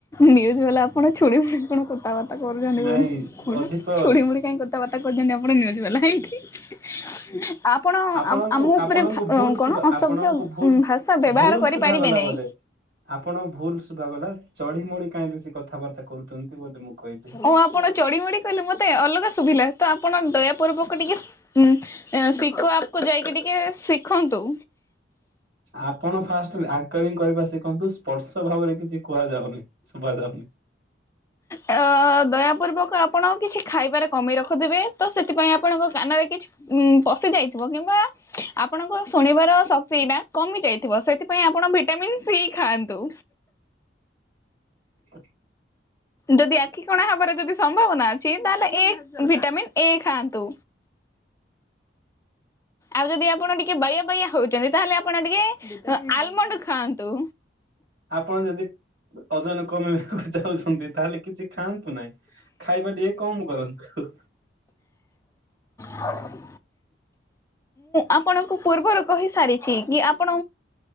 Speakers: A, on the left (about 15°); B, on the right (about 65°).
A: ନ୍ୟୁଜ ବାଲା ଆପଣ ଛୋଡି ମୋଡି କଣ କଥାବାର୍ତ୍ତା କରୁଛନ୍ତି
B: ନାଇଁ
A: କୁହନି। କଣଟା,
B: ଅଧିକ
A: ଛୋଡି ମୋଡି କାହିଁ କଥାବାର୍ତ୍ତା କରୁଛନ୍ତି ଆପଣ ନ୍ୟୁଜ ବାଲା ହେଇକି। ଆପଣ
B: ଆପଣଙ୍କୁ
A: ଆମ ଉପରେ
B: ଆପଣଙ୍କୁ
A: ଦ୍ଭା
B: ଭୁଲ
A: କଣ,
B: ଶୁଭା
A: ଅସଭ୍ୟ
B: ଆପଣଙ୍କୁ ଭୁଲ
A: ଭାଷା ବ୍ୟବହାର
B: ଭୁଲ
A: କରିପାରିବେ
B: ଶୁଭାଗଲା
A: ନାହିଁ।
B: ବୋଧେ। ଆପଣ ଭୁଲ ସୁଭାଗଲା। ଚଢି ମଡି କାହିଁ ବେଶି କଥାବାର୍ତ୍ତା କରୁଛନ୍ତି? ବୋଲି ମୁଁ କହିଲି।
A: ଓ ଆପଣ ଚଢି ମଡି କହିଲ ମତେ ଅଲଗା ସୁୁଭିଲା। ତ ଆପଣ ଦୟା ପର୍ବକୁ ଟିକେ ଉଁ ଶିଖୋ ଆପ୍ କୁ ଯାଇକି ଟିକେ ଶିଖନ୍ତୁ।
B: ଆପଣ ଫାଷ୍ଟ ଆଙ୍କରିଂ କରିବା ଶିଖନ୍ତୁ ସ୍ପର୍ଶ ଭାବରେ କିଛି କୁହାଯାଉନି ଶୁଭ ଯାଉନି।
A: ଅ। ଦୟାପୂର୍ବକ ଆପଣ କିଛି ଖାଇବାରେ କମି ରଖୁଥିବେ ତ ସେଥିପାଇଁ ଆପଣଙ୍କ କାନରେ କିଛି ଉଁ ପଶି ଯାଇଥିବ କିମ୍ବା ଆପଣଙ୍କ ଶୁଣିବାର ଶକ୍ତି ଏୟୀନା କମି ଯାଇଥିବ, ସେଥିପାଇଁ ଆପଣ ଭିଟାମିିନ ସି ଖାଆନ୍ତୁ।
B: <unintelligible>
A: ଯଦି ଆଖ କଣା ହବାର ଯଦି ସମ୍ଭାବନା ଅଛି ତାହେଲେ ଏ ଭିଟାମିନ୍ ଏ ଖାଆନ୍ତୁ। ଆଉ ଯଦି ଆପଣ ଟିକେ ବାୟା ବାୟା ହଉଛନ୍ତି ତାହେଲେ ଆପଣ ଟିକେ ଆଲମଣ୍ଡ ଖାଆନ୍ତୁ।
B: ଆପଣ ଯଦି ଓଜନ କମିବାକୁ ଯାଉଛନ୍ତି ତାହେଲେ କିଛି ଖାଆନ୍ତୁ ନାହିଁ। ଖାଇବା ଟିକେ କମ କରନ୍ତୁ।
A: ହମୁଁ। ଆପଣଙ୍କୁ ପୂର୍ବରୁ କହିସାରିଛି କି ଆପଣ